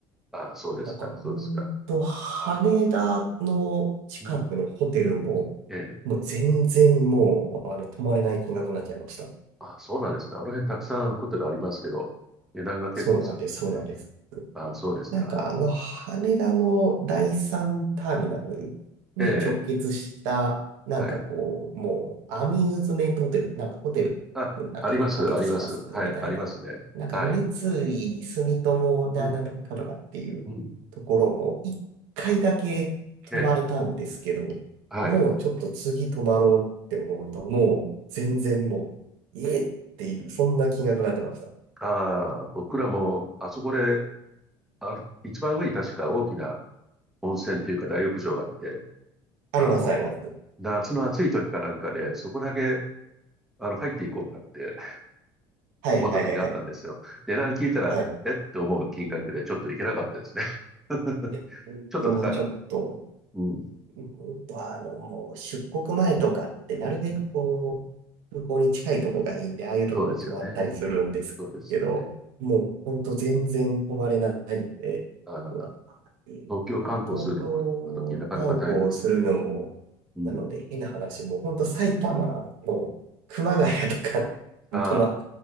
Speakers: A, in the centre; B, on the right.
A: ああ、そうですか、
B: だから、
A: そうですか。
B: ほんと、羽田の近くのホテルも、
A: うん。ええ。
B: もう全然もう、あの、泊まれない金額になっちゃいました。
A: あ、そうなんですか。あの辺たくさんホテルありますけど、値段が結構するんですね。
B: そうなんです、そうなんです。
A: あ、そうですか。
B: なんかあの、
A: そうですか。
B: 羽田の第三ターミナルに直結した、
A: ええ、
B: なんかこう、
A: はい。
B: もうアミューズメントホテル、なんかホテルの中で完結しますみたいな、
A: あ、あります、あります。はい、ありますね。
B: なんか三井住友なんなんとかかとかっていうところも一回だけ泊まれたんですけど、
A: はい。うん、うん。ええ、はい。
B: もうちょっと次泊まろうって思うと、もう全然もう、えっていう、そんな金額になってました。
A: ああ、僕らも、あそこで、あ、一番上に確か大きな温泉というか大浴場があって、
B: あります、
A: あの、
B: あります。
A: 夏の暑い時かなんかで、そこだけ、あの、入っていこうかって
B: はいはいはいはい。
A: 思った時があったんですよ。値段聞いたら、
B: はい
A: えって思う金額でちょっといけなかったですね。<laughs>
B: いや、本当にちょっと
A: ちょっと高かった。うん。
B: うんと、あの、もう出国前とかって、なるべくこう、
A: うん
B: 空港に近いとこがいいんで、ああいうとこ泊まったりするんですけど、
A: そうですよね。そうですよね。
B: もうほんと全然泊まれないんで、
A: ああ、
B: うわーっていう。
A: 東京観光するのも今時なかなか大変ですね。
B: だから東京観光するのも、
A: うん。
B: なので変な話、もうほんと埼玉の熊谷とか
A: あ
B: 泊まっ